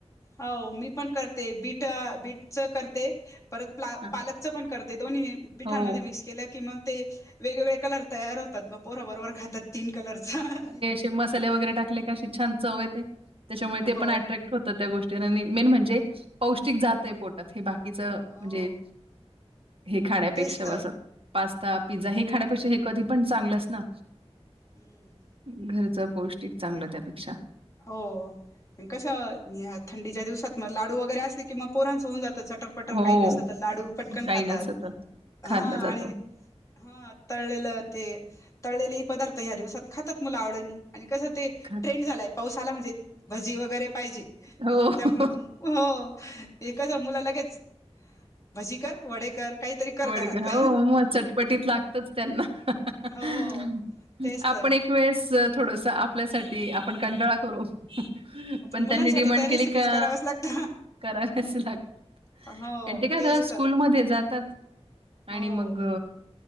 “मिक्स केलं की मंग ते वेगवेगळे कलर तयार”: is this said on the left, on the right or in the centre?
Left